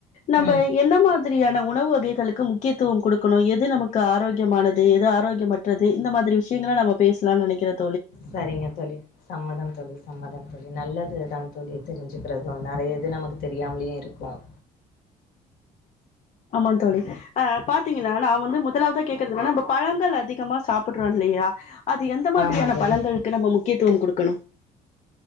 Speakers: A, on the left; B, on the left.
A: நம்ம
B: ம்
A: என்ன மாதிரியான உணவு வகைகளுக்கு முக் முக்கியத்துவம் கொடுக்கணும் எது நமக்கு ஆரோக்கியமானது எது ஆரோக்கியமற்றது இந்த மாரி விஷங்களல நம பேசலாம்னு நினைக்கிறது
B: சரிங்க தொழி சம்மதம் தொழி சம்மதம் தோழி நல்லதுதான் தோல்லி தெரிஞ்சுக்கிறதும் நறைய இது நமக்கு தெரியாமலயும் இருக்கும்
A: ஆமாம் தோழி ஆஹ் பாத்தீங்கன்னா நான் வந்து முதலாவதான் கேக்குறதுனன்னா நம்ம பழங்கள் அதிகமா சாப்பிடுறோம் இல்லையா அது எந்த மாதிரியான
B: ஆமா தோழி
A: பழனங்களுக்கு நம்ம முக்கியத்துவம் கொடுக்கணும்